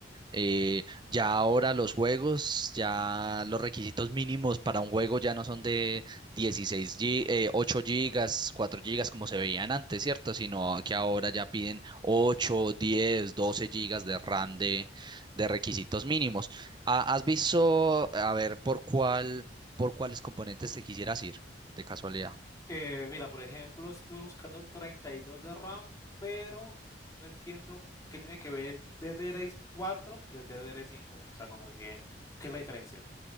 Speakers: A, on the right; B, on the left.
A: Eh, ya ahora los juegos, ya los requisitos mínimos para un juego ya no son de dieciséis gi- eh, 8 gigas, 4 gigas como se veían antes, ¿cierto? Sino que ahora ya piden 8, 10, 12 gigas de RAM de, de requisitos mínimos. Ah, ¿Has visto, a ver, por cuál, por cuáles componentes te quisieras ir, de casualidad?
B: Eh, mira, por ejemplo, estuve buscando 32 de RAM, pero no entiendo qué tiene que ver el D D DDR4 y el D D DDR5. O sea, como que, ¿qué es la diferencia?